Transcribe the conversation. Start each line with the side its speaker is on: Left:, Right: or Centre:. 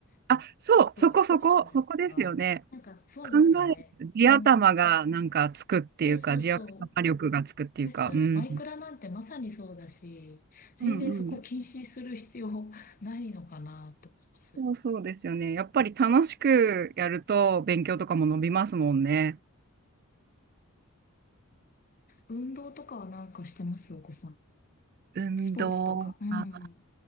Right: あ、
Left: あの、
Right: そう、
Left: 要素が多いじゃないですか。
Right: そこそこ、そこですよね。
Left: なんかそうですよね。
Right: 考える、地頭がなんかつくっていうか、
Left: うん。そうそうそう。
Right: 地頭力がつくっていうか、
Left: ですよね。
Right: うん。
Left: マイクラなんてまさにそうだし、全然そこ禁止する必要ないのかなと思います。
Right: うんうん。そうそうですよね。やっぱり楽しくやると勉強とかも伸びますもんね。
Left: 運動とかはなんかしてますお子さん。
Right: 運動あ
Left: スポーツとか。うん。